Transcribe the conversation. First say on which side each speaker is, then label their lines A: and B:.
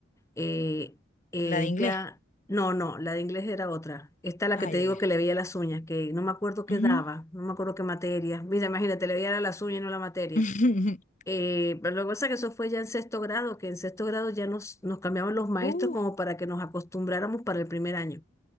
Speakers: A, on the left; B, on the left.
A: eh, ella,
B: la de inglés.
A: no, no, la de inglés era otra. Esta la
B: Ay,
A: que te digo
B: ay, ay.
A: que le veía las uñas, que no me acuerdo qué
B: Ujú.
A: daba, no me acuerdo qué materia. Mira, imagínate, le veía las uñas y no la materia.
B: <laughs>
A: Eh, pero lo que pasa es que eso fue ya en sexto grado, que en sexto grado ya nos, nos cambiaban los maestros
B: Uh,
A: como para que nos acostumbráramos para el primer año.